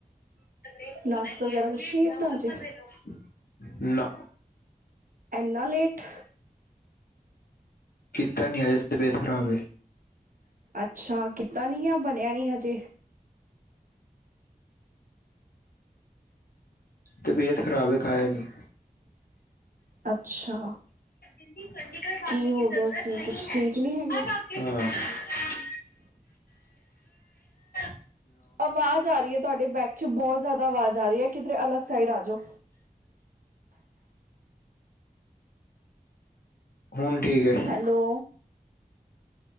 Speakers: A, on the left; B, on the right.
A: ਹੋਣਾ
B: ਨਾਸ਼ਤਾ
A: ਹੀ
B: ਵਗੈਰਾ
A: ਹੈ
B: ਕੁਛ
A: ਲੈਟ
B: ਨਹੀਂ
A: ਜਾਓ
B: ਕੀਤਾ
A: ਔਰ
B: ਹਜੇ
A: ਮਜ਼ੇ ਲੋ, ਨਾ।
B: ਐੰਨਾ ਲੇਟ।
A: ਕੀਤਾ ਨੀ ਅਜੇ, ਤਬੀਅਤ ਖਰਾਬ ਏ।
B: ਅੱਛਾ, ਕੀਤਾ ਨੀ, ਜਾਂ ਬਣਿਆ ਨੀ ਹਜੇ।
A: ਤਬੀਅਤ ਖ਼ਰਾਬ ਏ ਖਾਇਆ ਨੀ।
B: ਅੱਛਾ।
A: ਦੀਦੀ ਚੰਡੀਗੜ੍ਹ ਭਾਗਣੇ
B: ਕੀ ਹੋ
A: ਦੀ ਜ਼ਰੂਰਤ
B: ਗਿਆ ਕੀ
A: ਨਹੀਂ
B: ਕੁਛ
A: ਹੈ।
B: ਠੀਕ ਨਹੀਂ ਹੈਗੇ?
A: ਹਰ ਵਖਤ ਹਾਂ' ' <unintelligible>
B: ਆਵਾਜ਼ ਆ ਰਹੀ ਐ ਤੁਹਾਡੇ ਬੈਕ 'ਚ' ਬਹੁਤ ਜ਼ਿਆਦਾ ਆਵਾਜ਼ ਆ ਰਹੀ ਐ ਕਿਧਰੇ ਅਲੱਗ ਸਾਈਡ ਆ ਜਾਓ।
A: ਹੁਣ ਠੀਕ ਏ।
B: ਹੈਲੋ।